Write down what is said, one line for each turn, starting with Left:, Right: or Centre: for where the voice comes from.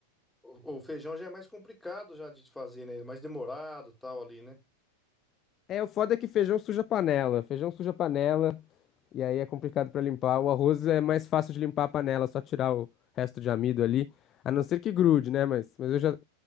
Centre: o o feijão já é mais complicado já de fazer, né? Mais demorado, tal ali, né?
Left: É, o foda é que feijão suja a panela. Feijão suja a panela. E aí é complicado pra limpar. O arroz é mais fácil de limpar a panela, só tirar o resto de amido ali. A não ser que grude, né? Mas, mas eu já,